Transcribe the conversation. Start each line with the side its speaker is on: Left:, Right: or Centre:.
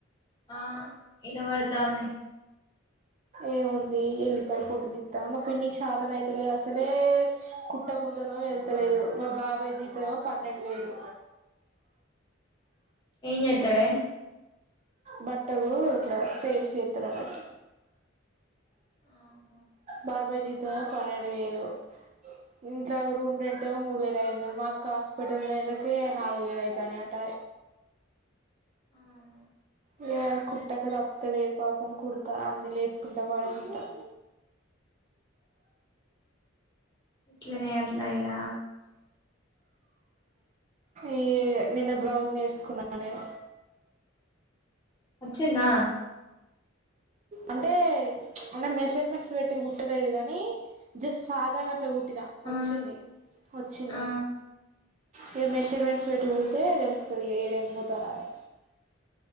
Left: ఆ, ఇనవడుతంది
Right: ఏముంది. ఎళ్లిపాయ, పొట్టుతిస్తున్న, మా, పిన్నికి చాతన, అవుతలేదు. అసలే, కుట్టకుంటనెమో, వెళ్తలేదు, మా, బాబాయ్, జీతంమేమో, పన్నెండు వేలు
Left: ఏ చేస్తాడే
Right: బట్టలు, ఇట్లా, సేల్స్, చేస్తారన్నట్టు.
Left: ఆఓహో
Right: బాబాయ్ జితమ్మేమో, పన్నెండు వేలు ఇంట్లో, రూమురెంట్ ఏమో మూడు వేల అయిందవందలు, మాకు, హాస్పిటల్, నెలకి నాలుగు వేల, అయితునేమాట
Left: అవును,
Right: ఇగా, కుట్టక, తప్పతలేదు, పాపం. కుడతా అందు లేసుకుంటా, పడుకుంటా,
Left: ఇట్ల, నే, అట్ల, ఈయ
Right: ఈ, నిన్న, బ్లౌజ్, నేసుకున్నా, నేను,
Left: వచ్చిందా
Right: అంటే, అన్న, మెజర్మెంట్స్, పెట్టి, కుట్టలేదు. కాని, జస్ట్ సాదా, గట్లా, కుట్ట టి
Left: ఆ
Right: వచ్చింది. వచ్చింది.
Left: ఆ
Right: ఇక, మెషర్మెంట్స్, పెట్టి, కుడితే తెలుస్తుంది. ఇక ఏడ ఎం పోతాద అని,